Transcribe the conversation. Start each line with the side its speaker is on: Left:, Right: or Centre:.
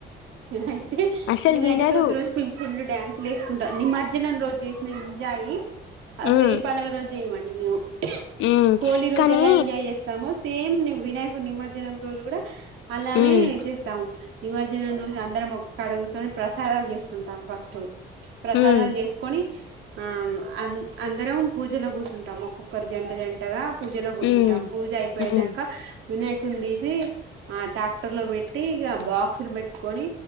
Right: అయితే
Left: అసలు
Right: వినాయక
Left: వినదు
Right: చవితి రోజు పింపుళ్లు డ్యాన్సులు వేసుకుంటా నిమర్జనం నను రోజు చేసిన ఎంజాయి అసలు
Left: ఉమ్
Right: ఏ పండగ రోజు చేయమండి. మేము
Left: ఉమ్
Right: హోలీ రోజు
Left: కానీ
Right: ఎలా ఎంజాయ్ చేస్తాము సేమ్ వినాయకుడు నిమర్జనం రోజు గుడా అలానే
Left: ఉమ్
Right: చేస్తాము నిమర్జనం రోజు అందరం ఒక కాడ కూసొని ప్రసాదాలు చేసుకుంటాం ఫస్ట్ ప్రసాదాలు
Left: ఉమ్
Right: చేసుకొని ఆ అన్ అందరం పూజలో కూసుంటాము ఒక్కొక్కరు జంట జంటగా పూజలో కూసుంటాం
Left: ఉమ్
Right: పూజ అయిపోయినాక
Left: ఉమ్
Right: వినాయకుణ్ణి తీస్ ది ఆ ట్రాక్టర్ లో పెట్టి ఇక బాక్సులు పెట్టుకొని